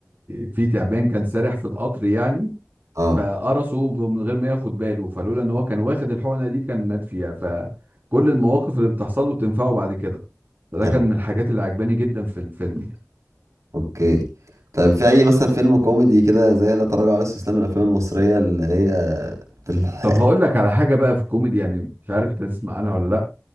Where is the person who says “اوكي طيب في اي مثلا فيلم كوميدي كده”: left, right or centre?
Right